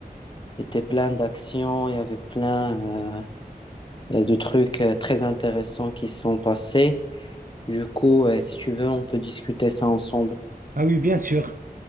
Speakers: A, on the left; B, on the right.
A: était plein d'actions, il y avait plein euh, de trucs euh, très intéressants qui se sont passés. Du coup, euh, si tu veux, on peut discuter ça ensemble.
B: Ah oui, bien sûr.